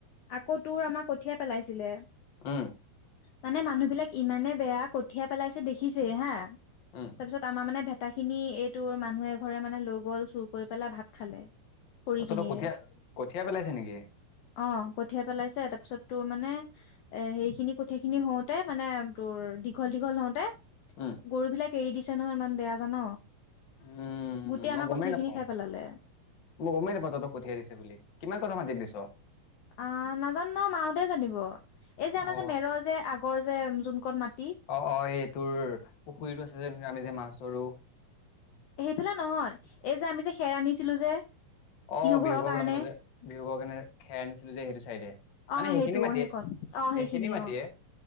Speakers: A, on the left (about 70°); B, on the left (about 50°).
A: আকৌ তোৰ আমাৰ কঠিয়াই পেলাইছিলে।
B: উম।
A: মানে মানুহ বিলাক ইমানে বেয়া কঠিয়া পেলাইছে দেখিছেই হাঁ।
B: উম
A: তাৰপিছত আমাৰ মানে-। সতা খিনি এইটোৰ মানুহ এঘৰে মানে লৈ গ'ল চুৰ কৰি পেলাই ভাত খালে। খৰি
B: অ
A: খিনিৰে
B: তহঁতৰ কঠিয়া কঠিয়া পেলাইছে নেকি?
A: অঁ কঠিয়াই পেলাইছে। তাৰপিছত তোৰ মানে এ' সেখিনি-। কঠিয়া খিনি হওঁতে মানে তোৰ দীঘল, দীঘল হওঁতে-
B: উম
A: গৰু বিলাক এৰি দিছে নহয় ইমান বেয়া জান।
B: উম'
A: গোটেই
B: মই
A: আমাৰ
B: গমেই
A: কঠিয়া
B: নাপাওঁ,
A: খিনি খাই পেলালে
B: মই গমেই নাপাওঁ তহঁতৰ কঠিয়াই দিছে বুলি। কিমান ক'থা মাতি দিছ?
A: আঁহ নাজানো নহয় মাহতে জানিব। এই যে
B: অ',
A: আমাৰ যে মেৰৰ যে আগৰ যে যোন কন মাটি-
B: অঁ অঁ এইটোৰ পুখুৰীতটো আছে যে আমি যে মাছ ধৰো।
A: সেইফালে নহয়। এই যে আমি যে খেৰ আনিছিলো যে।
B: অঁ
A: ঘৰৰ
B: বিহু ঘৰ
A: কাৰণে
B: বনাবলৈ যে বিহু ঘৰ পিনে খেৰ আনিছিলো যে সেইটো চাইডে। মানে
A: অঁ
B: সেইখিনি
A: সেইটো
B: মাটিয়ে,
A: অঁ সেইকণ অঁ
B: সেইখিনি
A: সেইখিনিয়ে
B: মাটিয়ে।